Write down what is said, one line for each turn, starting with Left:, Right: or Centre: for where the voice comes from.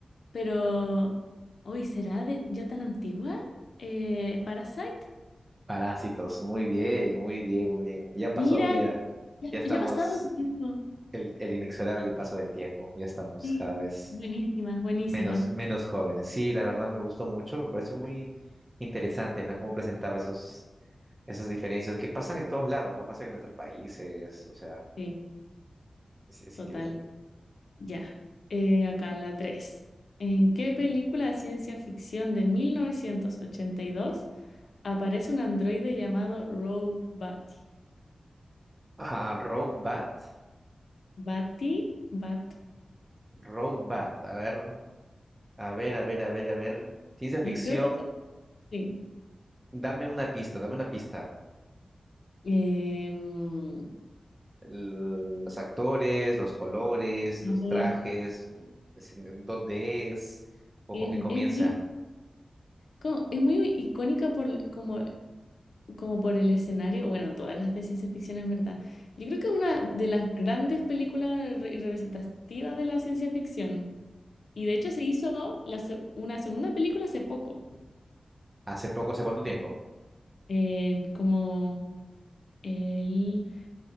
Left: pero hoy será de, ya tan antigua. Eh, Parasite.
Right: Parásitos, muy bien, muy bien, muy bien. Ya
Left: Mira,
Right: pasó, mira,
Left: ya,
Right: ya estamos,
Left: ya ha pasado su tiempo.
Right: el, el inexorable paso del tiempo, ya estamos
Left: Sí,
Right: cada vez
Left: buenísima, buenísima.
Right: menos, menos jóvenes. Sí, la verdad me gustó mucho, me pareció muy interesante, ¿no? Cómo presentaba esos, esas diferencias que pasan en todos lados, no pasan en nuestros países, o sea,
Left: Sí,
Right: es, es
Left: total.
Right: increíble.
Left: Ya, eh, acá en la 3. ¿En qué película de ciencia ficción de 1982 aparece un androide llamado Roe Batty?
Right: Ah, Robot,
Left: Batty, Bat.
Right: Robot, a ver. A ver, a ver, a ver, a ver. Ciencia
Left: y
Right: ficción,
Left: Creo que es- sí.
Right: dame una pista, dame una pista.
Left: Em,
Right: L- Los actores, los colores,
Left: a
Right: los
Left: ver,
Right: trajes, mm, es- mm, dónde es o
Left: es,
Right: con qué comienza.
Left: es muy, co- es muy icónica por, como, como por el escenario. Bueno, todas las de ciencia ficción en verdad. Yo creo que es una de las grandes películas re- representativas de la ciencia ficción. Y de hecho se hizo la se- una segunda película hace poco,
Right: Hace poco, ¿hace cuánto tiempo?
Left: en como el...